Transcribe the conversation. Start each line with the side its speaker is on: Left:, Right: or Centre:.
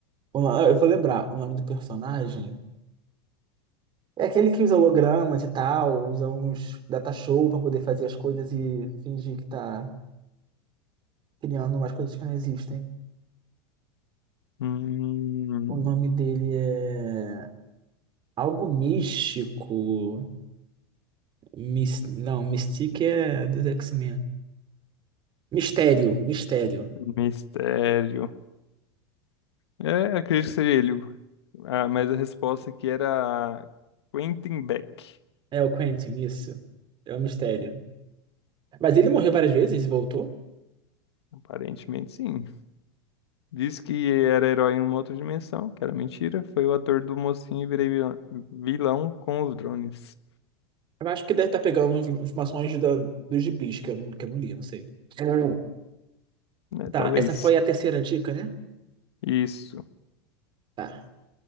Right: o- ah, Eu vou lembrar o nome do personagem. É aquele que usa hologramas e tal, usa uns data show pra poder fazer as coisas e fingir que tá criando umas coisas que não existem.
Left: Hum,
Right: O nome dele é algo místico. Mis... Não, Mystique é dos X-Men. Mistério, Mistério.
Left: mistério. É, acredito que seria ele. Ah, mas a resposta aqui era Quentin Beck.
Right: É o Quentin, isso. É o Mistério. Mas ele morreu várias vezes e voltou?
Left: Aparentemente, sim. Disse que era herói em uma outra dimensão, que era mentira. Foi o ator do Mocinho e Virei Vilã- Vilão com os Drones.
Right: Eu acho que deve estar pegando informações da, dos gibis, que eu, não- que eu não li, não sei. Hum.
Left: né?
Right: Tá,
Left: Talvez.
Right: essa foi a terceira dica, né?
Left: Isso.
Right: Tá.